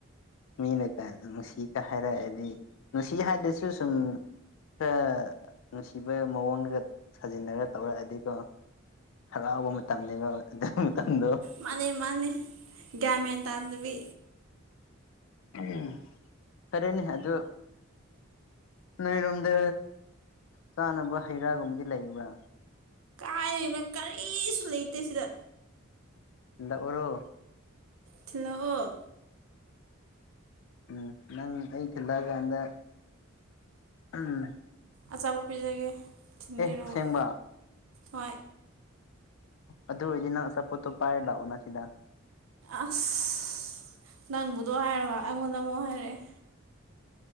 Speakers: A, on the left; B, on the right.
A: ꯃꯤꯅ ꯅꯨꯡꯁꯤꯒ ꯍꯥꯏꯔꯛꯑꯗꯤ ꯅꯨꯡꯁꯤ ꯍꯥꯏꯗꯁꯨ ꯁꯨꯝ ꯈꯔ ꯅꯨꯡꯁꯤꯕ ꯃꯑꯣꯡꯒ ꯁꯥꯖꯤꯟꯅꯔ ꯇꯧꯔꯛꯑꯗꯤꯀꯣ ꯍꯔꯥꯎꯕ ꯃꯇꯝꯅꯤꯅꯦꯕ ꯑꯗꯨ ꯃꯇꯝꯗꯣ
B: ꯃꯥꯅꯦ ꯃꯥꯅꯤ ꯒꯌꯥꯟ ꯃꯦꯟꯗꯕꯤ
A: ꯎꯝ ꯐꯔꯦꯅꯤ ꯑꯗꯨ ꯅꯣꯏꯔꯣꯝꯗ ꯆꯥꯅꯕ ꯍꯩ ꯔꯥꯒꯨꯝꯕꯗꯤ ꯂꯩꯕ꯭ꯔꯥ
B: ꯍꯥꯏꯗꯅ ꯀꯔꯤꯁꯨ ꯂꯩꯇꯦ ꯁꯤꯗ
A: ꯊꯤꯟꯂꯛ꫰ꯑꯣꯔꯣ
B: ꯊꯤꯜꯂꯥꯛꯑꯣ
A: ꯎꯝ ꯅꯪ ꯑꯩ ꯊꯤꯜꯂꯛꯑꯀꯥꯟꯗ ꯎꯝ
B: ꯑꯆꯥꯕꯣ ꯄꯤꯖꯒꯦ ꯊꯤꯟꯕꯤꯔꯛꯑꯣ
A: ꯑꯦ ꯑꯁꯦꯡꯕ
B: ꯍꯣꯏ
A: ꯑꯗꯨ ꯑꯣꯏꯔꯗꯤ ꯅꯪ ꯑꯆꯥꯄꯣꯠꯇꯣ ꯄꯥꯏꯔ ꯂꯥꯛꯑꯣ ꯅ ꯁꯤꯗ
B: ꯑꯁ ꯅꯪꯕꯨꯗꯣ ꯍꯥꯏꯔꯕ ꯑꯩꯉꯣꯟꯗ ꯑꯃꯨꯛ ꯍꯥꯏꯔꯛꯑꯦ